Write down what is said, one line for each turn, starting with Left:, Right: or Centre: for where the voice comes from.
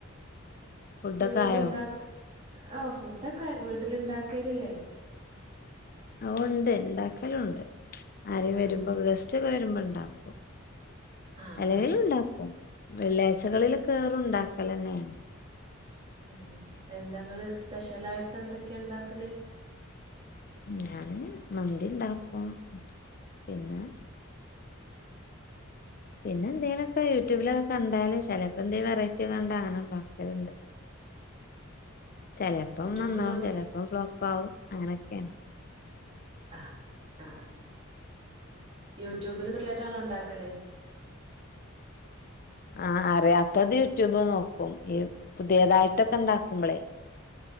Left: ഫുഡൊക്കെ
Right: വീട്ടിലുണ്ടാക്ക്‌
Left: ആയോ
Right: ആ ഫുഡ് വീട്ടില് ഇണ്ടാക്കീലില്ലേ
Left: ഓ ഉണ്ട് ഇണ്ടാക്കലും ഒണ്ട് ആരെയും വരുമ്പോം
Right: ആഹ്
Left: ഗസ് വരുമ്പോ ഉണ്ടാക്കും
Right: ആഹ്
Left: അല്ലെങ്കിലും
Right: ആഹ്
Left: ഉണ്ടാക്കും വെള്ളിയാഴ്ചകളിലൊക്കെ
Right: ഉം
Left: ഏറും ഒണ്ടാക് പലന്നെ
Right: ഉം എന്താങ്ങള് സ്പെഷ്യലായിട്ട് എന്തൊക്കെയാ ഉണ്ടാക്കല്
Left: ഞാന് മന്തി ഉണ്ടാക്കും പിന്നെ പിന്നെ എന്തേയിലൊക്കെ യൂട്യൂബിലൊക്കെ കണ്ടാല് ചിലപ്പോ എന്തേ വെറൈറ്റി കണ്ടാ അങ്ങനെഒണ്ടാക്കലുണ്ട് ചിലപ്പം
Right: യൂട്യൂബില്
Left: നന്നാവും
Right: നോക്കി
Left: ചിലപ്പം ഫ്ലോപ്പ് ആവും അങ്ങനൊക്കെയാ
Right: ആ ആ യൂട്യൂബില് നോക്കീട്ടാണോ ഒണ്ടാക്കല്
Left: ആ അറിയാത്തത് യൂട്യൂബ് നോക്കും ഈ പുതിയതായിട്ടൊക്കെ ഒണ്ടാക്കുമ്പളെ